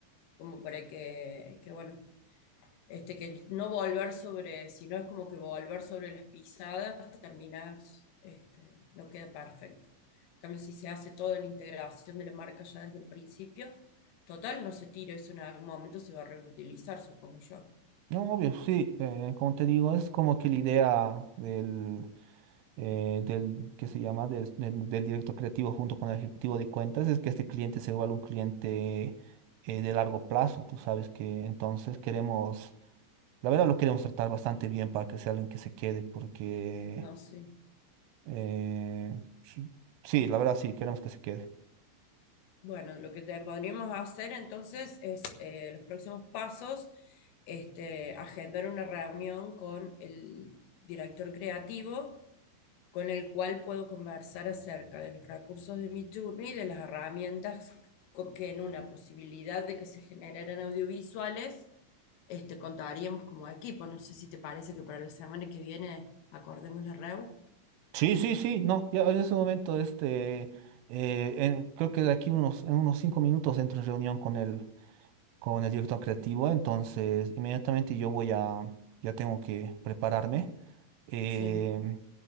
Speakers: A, on the left (about 85°); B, on the right (about 80°).
A: como para que, que bueno, este, que no volver sobre, si no es como que volver sobre las pisadas, terminas, este, no queda perfecto. En cambio, si se hace toda la integración de la marca ya desde el principio, total, no se tira, eso en algún momento se va a reutilizar, supongo yo.
B: No, obvio, sí, eh, como te digo, es como que la idea del, eh, del que se llama, Des- del, del director creativo junto con el ejecutivo de cuentas es que este cliente se vuelva un cliente eh, de largo plazo, tú sabes que entonces queremos, la verdad lo queremos tratar bastante bien para que sea alguien que se quede, porque...
A: No sé.
B: Eh, s- sí, la verdad sí, queremos que se quede.
A: Bueno, lo que te- podríamos hacer entonces es eh, los próximos pasos, este, agendar una reunión con el director creativo, con el cual puedo conversar acerca de los recursos de Midjourney y de las herramientas co- que en una posibilidad de que se generaran audiovisuales, este, contaríamos como equipo. No sé si te parece que para la semana que viene acordemos la REU.
B: Sí, sí, sí, no, ya en ese momento, este, eh, en- creo que de aquí unos, en unos cinco minutos entro en reunión con el, con el director creativo, entonces inmediatamente yo voy a, ya tengo que prepararme. eh,
A: Sí,